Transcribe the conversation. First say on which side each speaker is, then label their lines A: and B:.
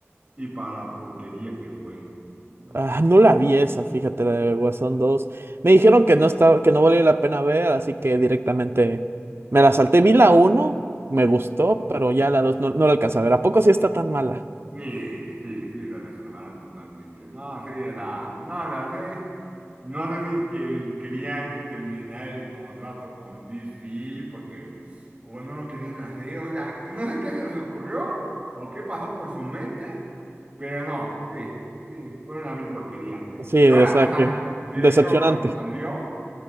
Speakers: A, on the right (about 30°); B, on the right (about 55°).
A: y para la porquería que fue. Dije, no.
B: Ah, no la vi esa, fíjate, la de Guasón dos Me dijeron que no estaba, que no valía la pena ver, así que directamente me la salté. Vi la uno me gustó, pero ya la 2 no, no la alcancé a ver. ¿A poco sí está tan mala?
A: Sí, sí, sí, lo destrozaron totalmente. No, sí, o sea, no lo sé. No sé si que- querían terminar el contrato con DC porque o no lo querían hacer. O sea, no sé qué se les ocurrió o qué pasó por su mente, pero no, sí, sí, fue una vil porquería.
B: Sí,
A: Yo ahora,
B: o sea
A: o sea,
B: que
A: de
B: decepcionante.
A: hecho, cuando salió.